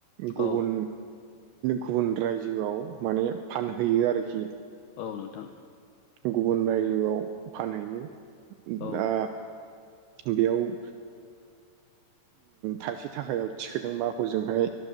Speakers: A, on the right; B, on the left.
A: गुबुन
B: औ
A: गुबुन रायजोआव माने फानहैयो आरोखि।
B: औ नोंथां।
A: गुबुन रायजोआव फानहैयो
B: औ
A: दा बेयाव ओ थाइसे थाखायाव थिखोदोंबा हजोंहाय